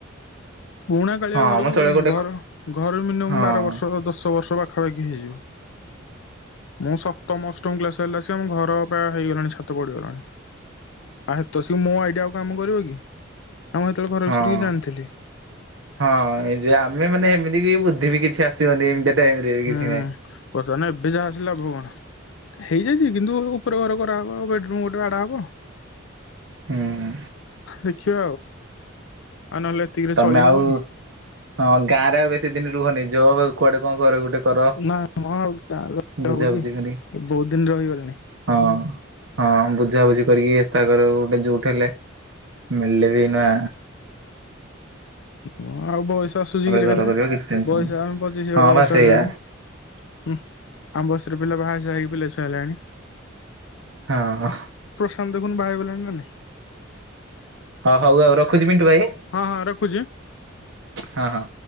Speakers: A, on the left; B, on the right.
A: ପୁଣା କାଳିଆ
B: ହଁ
A: ଘରକୁ
B: ମ ଚଳିବାକୁ ଗୋଟେ
A: ଘର, ଘର ମିନିୟମ୍
B: ହଁ
A: ବାର ବର୍ଷ ହେବ ଦଶ ବର୍ଷ ପାଖ ପାଖା ପାଖି ହେଇଯିବ, ମୁଁ ସପ୍ ଅଷ୍ଟମ ଅଷ୍ଟମ କ୍ଲାସ ହେଲା ସେ ଆମ ଘର ହେଇଗଲାଣି ଛାତ ପଡିଗଲାଣି ଆ ତ ସ ମୋ ଆଇଡିଆ ଆଉ କାମ କରିବ କି ନା ମୁଁ ହେତେବେଳେ ଘର
B: ହଁ
A: ବିଷୟରେ କିଛି ଜାଣିଥିଲି
B: ହଁ ଏ ଯେ ଆମେ ମାନେ ଏମିତି କି ବୁଦ୍ଧି ବି କିଛି ଆସ ଟାଇମ ରେ ବି
A: ହୁଁ
B: କିଛି ନାହିଁ
A: ବର୍ତ୍ତମାନ ଏବେ ଯାହା ଆସିଲ ଲାଭ କଣ ହେଇଯାଇଛି କିନ୍ତୁ ଉପର ଘର କରାହେବ ଆ ବେଡ଼ରୁମ ଗୋଟେ ବାଡା ହବ
B: ହୁଁ
A: ଦେଖିଆ ଆଉ ନହେଲେ ଏତିକିରେ
B: ତମେ
A: ଚଳି
B: ଆଉ
A: ହବ କି
B: ହଁ ଗାଁ ରେ ଆଉ ବେଶୀ ଦିନ ରୁହନି ଜୋ ବା କୁଆଡେ କଣ କରେ ଗୋଟେ କର
A: ନା ହଁ ଆଉ ର
B: ବୁଝାବୁଝି
A: ହବ କି
B: କରି
A: ବହୁତ ଦିନରେ ରହିଗଲାଣି
B: ହଁ ହଁ ବୁଝାାବୁଝି କରିକି ତାକର ଗୋଟେ ଯୋଉଠି ହେଲେ ମିଳିଲେ ବି ନୂଆ
A: ହ ଆଉ ବୟସାସୁଝିକିରି
B: ଘର
A: ହେଲେ
B: କରିବ କିଛି ଟେନସନ
A: ବୟସ
B: ନାହିଁ।
A: ଆମେ ପଚିଶ
B: ହଁ
A: ବର୍ଷ
B: ବା ସେଇଆ
A: ହେଲାଣି ଆମ ବ ସେଥିରେ ପିଲା ବାହା ସାହା ହେଇକି ପିଲା ଛୁଆ ହେଲାଣିଁ
B: ହଁ
A: ଦେଖୁ ବାହ ହେଇଗଲାଣି ନା ନାଇ
B: ହଁ ହଉ ଆଉ ରଖୁ ଟ ଭାଇ
A: ହଁ ରଖୁଛି।
B: ହ ହ।